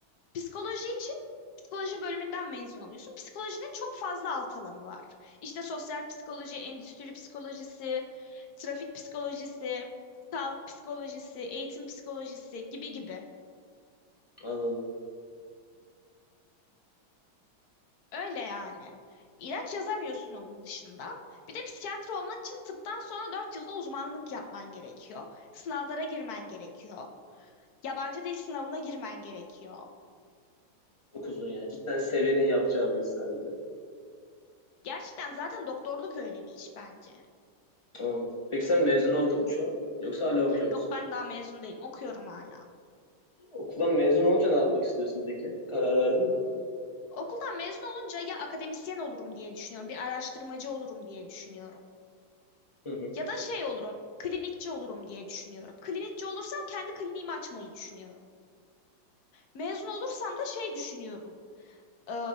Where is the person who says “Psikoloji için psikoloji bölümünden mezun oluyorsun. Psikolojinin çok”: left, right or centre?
Left